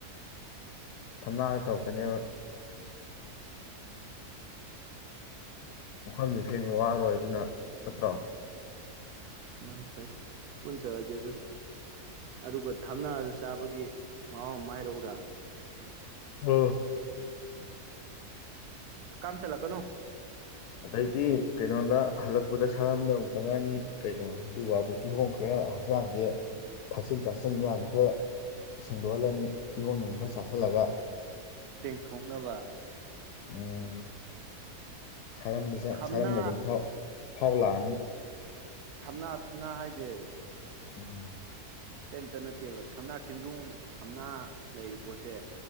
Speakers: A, on the left; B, on the right.
A: ꯊꯝꯅꯥꯗ ꯇꯧꯔꯛꯀꯅꯦꯕ ꯋꯥꯈꯐꯝꯁꯨ ꯊꯦꯡꯕ ꯋꯥꯔꯣꯏ ꯑꯗꯨꯅ ꯐꯠꯇ꯭ꯔꯣ
B: ꯃꯥꯡ ꯄꯥꯏ ꯄꯨꯟ ꯆ ꯍꯖ ꯑꯗꯨ ꯑꯗꯨꯒ ꯊꯝꯅꯑꯒ ꯆꯥꯕꯒꯤ ꯃꯍꯥꯎ ꯑꯃ ꯍꯥꯏꯔꯧꯔ
A: ꯎꯝ
B: ꯀꯝ ꯆꯂ ꯀꯅꯣ
A: ꯑꯗꯩꯗꯤ ꯀꯩꯅꯣꯗ ꯍꯜꯂꯛꯄꯗ ꯁꯥꯔꯝꯗ ꯑꯃꯨꯛ ꯆꯪꯉꯛꯅꯤ ꯀꯩꯅꯣ ꯑꯗꯨꯒꯕꯨꯛ ꯀꯤꯍꯣꯝ ꯈꯔ ꯍꯛꯆꯥꯡꯁꯦ ꯊꯛꯆꯦꯜ ꯆꯥꯁꯟꯒꯤ ꯃꯌꯥꯝꯗ ꯈꯔ ꯁꯦꯡꯗꯣꯛꯍꯜꯂꯅꯤ ꯀꯤꯍꯣꯝ ꯅꯨꯡ ꯈꯔ ꯆꯥꯁꯤꯜꯂꯒ
B: ꯇꯦꯡꯊꯣꯛꯅꯕ
A: ꯎꯝ ꯁꯔꯝꯗ
B: ꯊꯝꯅꯥ
A: ꯑꯗꯨꯝ ꯐꯥꯎ ꯂꯥꯛꯑꯅꯤ
B: ꯊꯝꯅ ꯊꯝꯅ ꯍꯥꯏꯁꯦ
A: ꯎꯝ
B: ꯀꯔꯤꯝꯇ ꯅꯠꯇꯦꯕ ꯊꯝꯅꯥ ꯈꯦꯟꯖꯨꯡ ꯊꯝꯅꯥ ꯂꯩꯔꯤꯕ ꯄꯣꯠꯁꯦ